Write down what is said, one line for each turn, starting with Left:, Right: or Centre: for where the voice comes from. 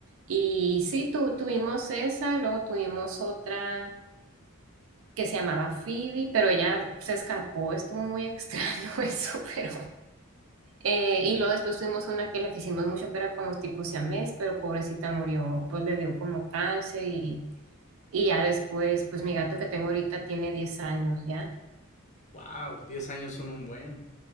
Right: Y sí, tu- tuvimos esa, luego tuvimos otra que se llamaba Phoebe, pero ella se escapó, estuvo muy <laughs> extraño eso, pero... Eh, y luego después tuvimos una que la quisimos mucho, que era como tipo siamés, pero pobrecita murió, pues le dio como cáncer y, y ya después, pues mi gato que tengo ahorita tiene diez años ya.
Left: Wow, 10 años son un buen.